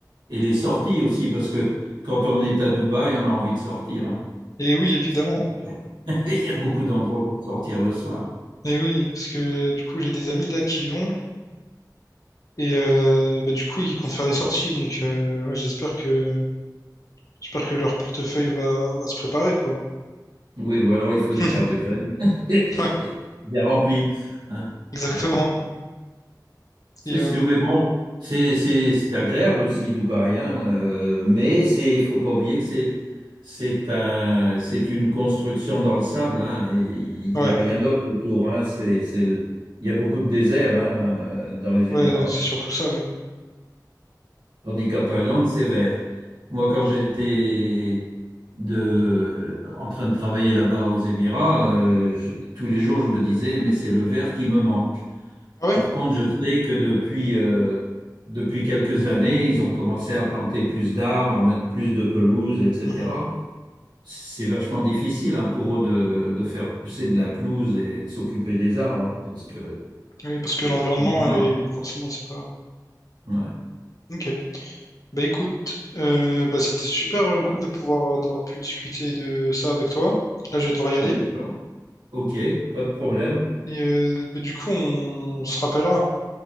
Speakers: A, on the right; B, on the left.
A: Et les sorties
B: Ouais.
A: aussi, parce que quand on est à Dubaï, on a envie de sortir, hein.
B: Et oui évidemment.
A: <laughs> Il y a beaucoup d'endroits pour sortir le soir.
B: Et oui parce que du coup j'ai des amis là qui y vont. Et euh, bah, du coup, ils comptent faire des sorties, donc euh, ouais, j'espère que j'espère que leur portefeuille va, va se préparer, quoi.
A: Oui, ou alors il faut
B: <laughs>
A: des cartes de crédit <laughs>
B: Ouais,
A: bien remplies. hein.
B: exactement.
A: Ouais, C'est
B: Et,
A: sûr,
B: euh,
A: mais bon, c'est c'est- c'est agréable aussi, Dubaï, hein, euh, mais c'est, il faut pas oublier que c'est c'est un, c'est une construction dans le sable, hein, et il n'y
B: ouais,
A: a rien d'autre autour. hein, c'est, c'est le- il y a beaucoup de désert hein, euh, dans les
B: ouais,
A: Émirats.
B: c'est surtout ça, oui.
A: Tandis qu'en Thaïlande, c'est vert. Moi, quand j'étais de, en train de travailler là-bas aux Émirats, euh, je- tous les jours, je me disais, mais c'est le vert qui me manque.
B: Ah ouais?
A: Par contre, je sais que depuis, euh, depuis quelques années, ils ont commencé à planter plus d'arbres, à mettre plus de pelouse, etc.
B: Mhm.
A: C'est vachement difficile, hein, pour eux de, de faire pousser de la pelouse et de s'occuper des arbres, hein, parce que
B: Oui, parce que
A: c'est
B: l'environnement,
A: le climat,
B: est... forcément, c'est pas.
A: hein. Ouais.
B: Ok. Bah écoute, euh, bah, c'était super euh, cool de pouvoir euh, d'avoir pu discuter de ça avec toi. Là, je vais devoir y aller.
A: D'accord. Ok, pas de problème.
B: Et euh, bah, du coup, on, on se rappellera.